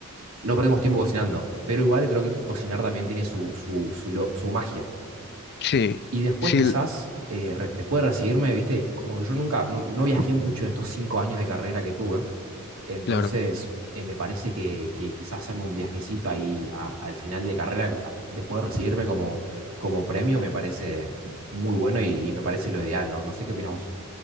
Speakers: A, on the right; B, on the left.
A: no perdemos tiempo cocinando, pero igual creo que cocinar también tiene su, su, su, lo- su magia.
B: sí,
A: Y después
B: sí,
A: quizás,
B: l-
A: eh, re- después de recibirme, viste, como que yo nunca, no, no viajé mucho en estos cinco años de carrera que tuve, Entonces,
B: claro.
A: eh, me parece que, que quizás hacerme un viajecito ahí a- al final de carrera, a- después de recibirme como, como premio, me parece muy bueno y, y me parece lo ideal, ¿no? No sé qué opinamos.